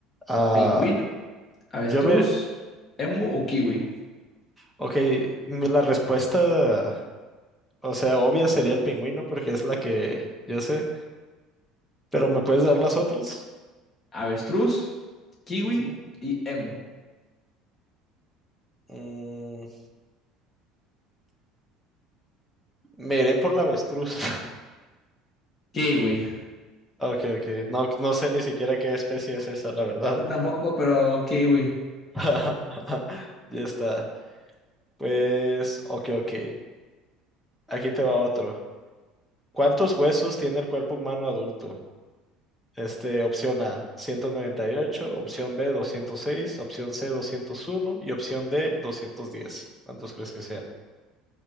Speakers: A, in the centre; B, on the left.
A: Ah,
B: ¿Pingüino, avestruz,
A: yo me,
B: emu o kiwi?
A: ok, mi- la respuesta, o sea, obvia sería el pingüino porque es la que yo sé, pero ¿me puedes dar las otras?
B: Avestruz, kiwi
A: Ujú.
B: y emu.
A: Mm, me iré por la avestruz. <laughs>
B: Kiwi.
A: Ok, ok, no, no sé ni siquiera qué especie es esa, la verdad.
B: Yo tampoco, pero kiwi.
A: <laughs> Ya está. Pues, ok, ok, aquí te va otro. ¿Cuántos huesos tiene el cuerpo humano adulto? Este, opción A, ciento noventa y ocho opción B, doscientos seis opción C, doscientos uno y opción D, doscientos diez ¿Cuántos crees que sean?